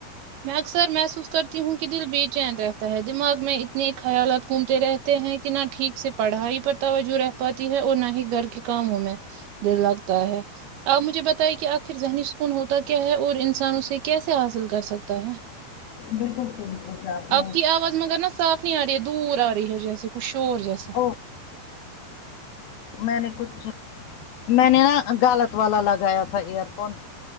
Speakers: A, on the right; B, on the left.
A: میں اکثر محسوس کرتی ہوں کہ دل بے چین رہتا ہے دماغ میں خیالات گھومتے رہتے ہیں کہ نہ ٹھیک سے پڑھائی پر توجہ رہ پاتی ہے اور نہ ہی گھر کے کاموں میں دل لگتا ہے آپ مجھے بتائیں کہ آخر ذہنی سکون ہوتا کیا ہے اور انسان اسے کیسے حاصل کر سک تا ہے
B: بالکل صحیح سونچا آپ نے
A: کی آواز مگر نا صاف نہیں آ رہی ہے دور آ رہی ہے جیسے کچھ شور جیسا
B: او میں نے کچھ میں نے نا گلت والا لگایا تھا یار فون